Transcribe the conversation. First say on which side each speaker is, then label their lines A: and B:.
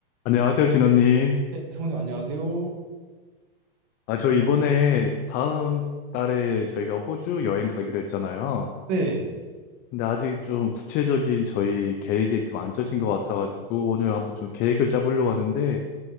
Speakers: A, on the left (about 30°); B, on the right (about 45°).
A: 안녕하세요, 진원님.
B: 네, 성우님 안녕하세요.
A: 아, 저 이번에 다음 달에 저희가 호주 여행 가기로 했잖아요.
B: 네,
A: 근데 아직 좀 구체적인 저희 계획이 좀 안 짜진 것 같아가지고 오늘 한번 좀 계획을 짜보려고 하는데